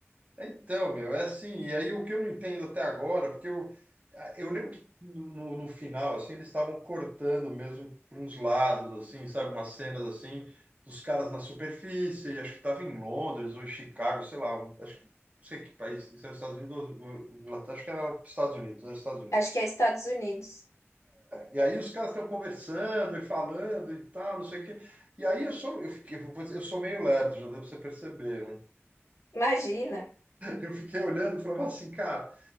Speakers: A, on the right (about 30°); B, on the left (about 85°).
A: Então, meu, é assim. E aí o que eu não entendo até agora, porque eu, eu lembro que no, no final, assim, eles estavam cortando mesmo para uns lados, assim, sabe? Umas cenas assim, dos caras na superfície. Acho que tava em Londres ou em Chicago, sei lá. Acho que não sei que país, se era os Estados Unidos ou ou Inglaterra, acho que era Estados Unidos, era Estados Unidos.
B: Acho que é Estados Unidos.
A: E aí os caras estão conversando e falando e tal, não sei o quê. E aí eu sou, eu fiquei, eu sou meio lerdo, já deu para você perceber, né?
B: Imagina.
A: Eu fiquei olhando e falava assim, cara,